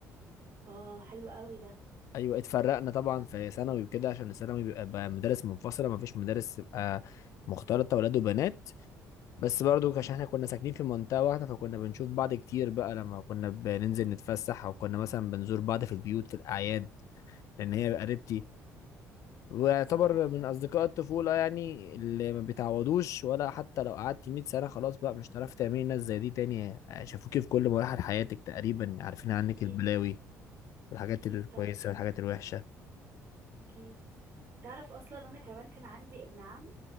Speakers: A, on the right; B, on the left.
A: اه حلو قوي ده
B: أيوة اتفرقنا طبعا في ثانوي وكده عشان الثانوي بيبقى بقى مدارس منفصلة مفيش مدارس تبقى مختلطة ولاد وبنات بس برضو عشان احنا كنا ساكنين في منطقة واحدة فكنا بنشوف بعض كتير بقى لما كنا بننزل نتفسح او كنا مثلا بنزور بعض في البيوت في الاعياد لان هي قريبتي ويعتبر
A: اه
B: من اصدقاء الطفولة يعني اللي ما بيتعوضوش ولا حتى لو قعدت 100 سنة خلاص بقى مش هتعرفي تعملي ناس زي دي تاني شافوكي في كل مراحل حياتك تقريبا عارفين عنك
A: اكيد
B: البلاوي والحاجات
A: اكيد
B: الكويسة
A: طبعا
B: والحاجات الوحشة
A: اكيد تعرف اصلا انا كمان كان عندي ابن عم